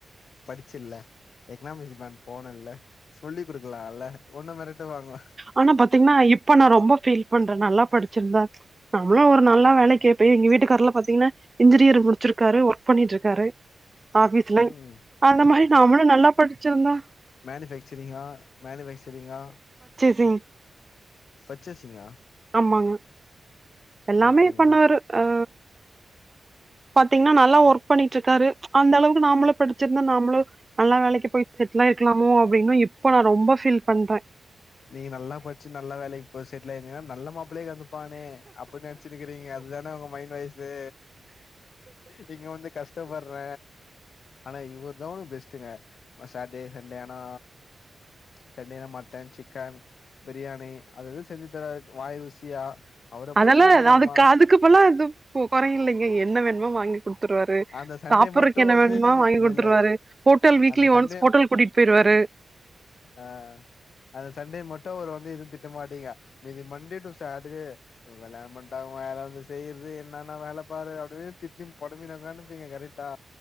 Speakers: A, on the left; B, on the right.
A: படிச்சில்ல எக்னாமிக்ஸ் மேம் போனல்ல சொல்லி குடுக்கலால ஒன்ன மிரட்டு வாங்க
B: ஆனா பாத்தீங்னா இப்ப நா ரொம்ப ஃபீல் பண்ற நல்லா படிச்சிருந்தா நம்ளு ஒரு நல்லா வேலைக்கு பேய் எங்க வீட்டுக்கார்லா பாத்தீங்னா இன்ஜினியர் முடிச்சிருக்காரு ஒர்க் பண்ணிட்டு இருக்காரு ஆபீஸ்ல
A: ம்
B: அந்த மாரி நம்மளு நல்லா படிச்சிருந்த
A: மேனுபேக்சரிங்கா மேனுபேக்சரிங்கா
B: ம்
A: பர்சசிங்கா
B: ஆமாங்க எல்லாமே
A: ஓகேங்க
B: பண்ணுவரு ஆ பாத்தீங்னா நல்லா ஒர்க் பண்ணிட்டு இருக்காரு அந்த அளவுக்கு நாம்மளு படிச்சிருந்தா நாம்ளு நல்லா வேலைக்கி போய் செட்லாயிருக்கலாமோ அப்டின்னு இப்ப நா ரொம்ப ஃபீல் பண்ற
A: நீங்க நல்லா படிச்சு நல்ல வேலைக்கு போய் செட்டில் ஆயிருந்தீங்கனா நல்ல மாப்பிளே வந்துப்பானே அப்டி நென ச்சின்னுகிறீங்க அதுதான உங்க மைண்ட் வாய்ஸு நீங்க வந்து கஷ்டப்பர்ற ஆனா இவர் தா உங் பெஸ்ட்டுங்க சாட்டர்டே சண்டே ஆனா சண்டேல மட்டன் சிக்கன் பிரியாணி அது அது செஞ்சு தராரு வாய் ருசியா அவர போய்
B: அதெல்லா
A: இப்ப நெனைக்கலாமா
B: ஏதாது காதுக்குப்போல்லா இது கொர இல்லைங்க என்ன வேணுமோ வாங்கிக் குடு த்துருவாரு
A: அந்த சண்டே
B: சாப்பற்றக்
A: மட்டு
B: என்ன
A: வந்து
B: வேண்மா
A: நீங்க
B: வாங்கி
A: இல்ல
B: குடுத்துருவாரு
A: இல்ல
B: ஹோட்டல் வீக்லி
A: அந்த சண்டே
B: ஒன்ஸ் ஹோட்டல் கூட்டிட் போய்ருவாரு
A: ஆ அந்த சண்டே மட்டு அவுரு வந்து எதுவு திட்டமாட்டீங்க மீதி மண்டே டு சாட்டர்டே ஒரு கல்யாண பண்டா வேல வந்து செய்றது என் னான வேல பாரு அப்டின்னு திட்டி பொலம்பி தாங்க அனுப்பிங்க கரட்டா